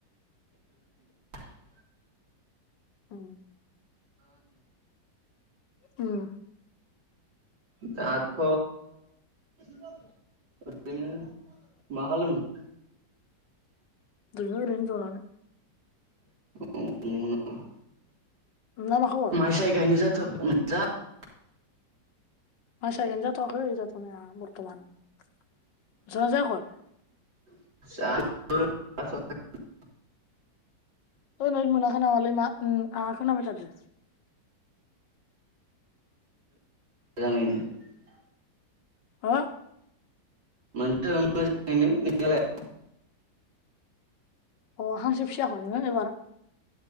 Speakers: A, on the right (about 80°); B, on the left (about 75°).
A: <unintelligible>
B: उम उम।
A: दाथ <unintelligible> माखालामनो।
B: दोङो ओरैनो जनानै।
A: <inaudible>
B: नोंना मा खबर
A: माइ साय गायनो जाद <unintelligible>
B: <unintelligible> जाथवाखै जाथनाया बरतमान नोरसोरनिया जायाखय?
A: <unintelligible>
B: ओह नेतमोनाखै नामालै मा ओह आह खोनाबायथादो।
A: <unintelligible>
B: हो?
A: मोन्दों मोजाहैनो नोंनियालाय?
B: अह हासो फिसियाखय नोंआरो एबार?